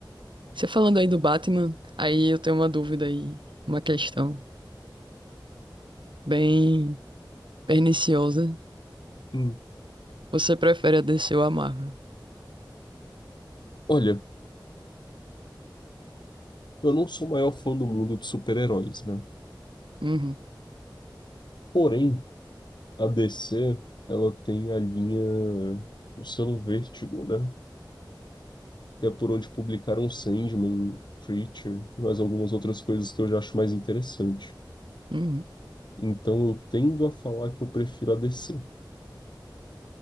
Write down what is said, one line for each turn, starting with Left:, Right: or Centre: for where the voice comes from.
Right: Você falando aí do Batman, aí eu tenho uma dúvida aí. Uma questão bem perniciosa.
Left: Hum.
Right: Você prefere a DC ou a Marvel?
Left: Olha, eu não sou o maior fã do mundo de super-heróis, né?
Right: Uhum,
Left: Porém, a DC, ela tem a linha, o selo Vértigo, né? Que é por onde publicaram Sandman, Preacher, e mais algumas outras coisas que eu já acho mais interessante.
Right: uhum.
Left: Então eu tendo a falar que eu prefiro a DC.